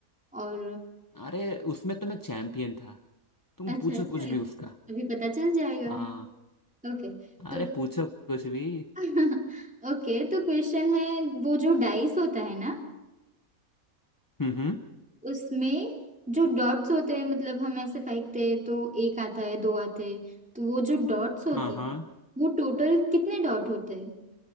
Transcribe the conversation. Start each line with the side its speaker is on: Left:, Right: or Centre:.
Centre: और
Left: अरे उसमें तो मैं चैंपियन था तुम
Centre: अच्छा
Left: पूछो
Centre: ऐसा
Left: कुछ
Centre: है
Left: भी उसका
Centre: अभी पता चल जाएगा
Left: हाँ
Centre: ओके तो
Left: अरे पूछो कुछ भी
Centre: <laughs> ओके तो क्वेश्चन है वो जो डाइस होता है ना
Left: हम्म
Centre: उसमें जो डॉट्स होते हैं मतलब हम ऐसे फेंकते हैं तो एक आता है दो आते हैं तो वो जो डॉट्स होते
Left: हाँ
Centre: हैं
Left: हाँ
Centre: वो टोटल कितने डॉट होते हैं